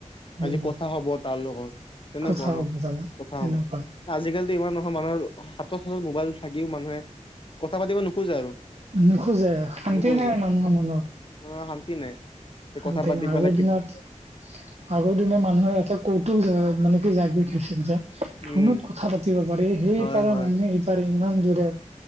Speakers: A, on the right (about 55°); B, on the left (about 45°).
A: উম
B: আজি কথা হ'ব তাৰ লগত তেনেকুৱা
A: কথা
B: ন
A: বতৰা
B: কথা
A: তেনেকুৱা
B: হ'ব আজিকালো ইমান নহয় মানুহৰ হাতত হাতত মোবাইল থাকিও মানুহে কথা পাতিব নোখোজে আৰু
A: নোখোজে শান্তি
B: নোখোজে
A: নাই মানুহৰ মনত
B: অ শান্তি নাই কথা
A: অন্তে
B: পাতি
A: নাই
B: পেলাই
A: আগৰ দিনত
B: কিবা
A: আগৰ দিনৰ মানুহে এটা কৌতুক যে মানে কি জাগি উঠিছিল যে
B: উম
A: ফোনত কথা পাতিব পাৰি সেইপাৰৰ
B: হয় হয়
A: মানুহে এই পাৰি ইমান দূৰে